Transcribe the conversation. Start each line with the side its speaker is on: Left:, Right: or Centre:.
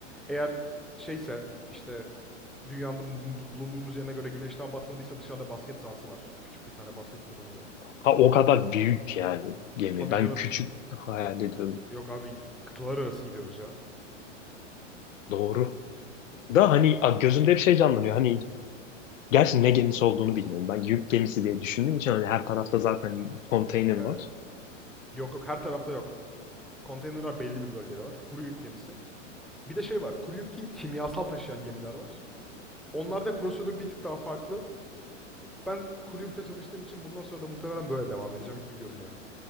Centre: eğer şeyse işte dünyanın bulundu- bulunduğumuz yerine göre güneş daha batmadıysa dışarıda basket sahası var. Küçük bir tane basket potamız var.
Left: Ha, o kadar büyük yani gemi.
Centre: Tabii
Left: Ben
Centre: canım.
Left: küçük hayal ediyorum.
Centre: Yok abi kıtalar arası gidiyoruz ya.
Left: Doğru. Da hani a, gözümde hep şey canlanıyor. Hani Gerçi ne gemisi olduğunu bilmiyorum. Ben yük gemisi diye düşündüğüm için hani her tarafta zaten konteyner var.
Centre: Evet. Yok yok her tarafta yok. Konteynerler belli bir bölgede var. Kuru yük gemisi. Bir de şey var. Kuru yük değil kimyasal taşıyan gemiler var. Onlarda prosedür bir tık daha farklı. Ben kuru yükte çalıştığım için bundan sonra da muhtemelen böyle devam edeceğim gibi görünüyor.